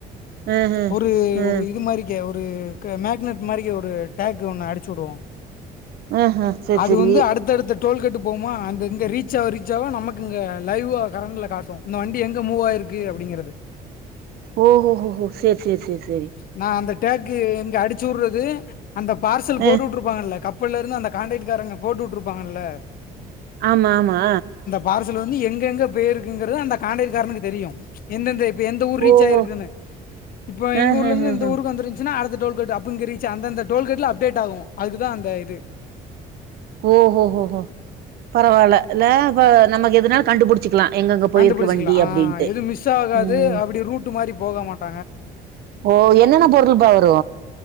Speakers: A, on the right; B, on the left.
A: ம்ஹ்ம்.
B: ஒரு
A: ம்.
B: ஒரு இது மாரி ஒரு கே மேக்னெட் மாரி ஒரு டேக் ஒன்னு அடிச்சு வுடுவோ
A: ம்ஹ்ம். சரி,
B: அது
A: சரி.
B: வந்து அடுத்தடுத்த டோல் கெட்டு போவும்போ அந்த இங்கே ரீச்ச ஆவ ரீச்சாவ நமக்கு இங்கே லைவா கரெண்ட்டுல காட்டு இந்த வண்டி எங்க மூவ்வாயிருக்கு அப்டிங்கறது
A: ஓஹோ ஹோ சேர் சேர் சேரி
B: நா அந்த டேக்கு இங்க அடிச்சு வுடுறது அந்த பார்சல் போட்டு
A: அ.
B: விட்டுருப் ப்பாங்கல்ல கப்பலருந்து அந்த கண்டக்ட்காரங்க போட்டு வுட்டுருப்பாங்கல்ல
A: ஆமா ஆமா
B: பார்சல் வந்து எங்க எங்க போயிருக்குங்கிறது அந்த காண்டெக்ட காரனுக்கு தெரியு எந்தெந்த இப்ப எந்த ஊர் ரீச்
A: ஓஹோ!
B: ஆயிருக்குன்னு இப்ப எங்க
A: அஹஹஹ.
B: ஊர்லந்து இந்த ஊருக்கு வந்துருஞ் சினா அடுத்தடோல்கெட் அப்ப இங்க ரீச் அந்தந்த டோலகெட்ல அப்டேட் ஆகு அதுக்குதா அந்த இது
A: ஓஹோ ஓஹோ பரவால்ல இல்ல இப்ப நமக்கு எதனால கண்டுபுடிச் சிக்லா எங்கங்க போயிருக்கு
B: கண்டுபிடிச்சிக்கலாம்
A: வண்டி
B: ஆ
A: அப்டின்ட்டு
B: எதுவும் மிஸ் ஆகாது
A: ம்
B: அப்படி ரூட் மாதிரி போக மாட்டாங்க
A: ஓ என்னென்ன பொருள் பா வரு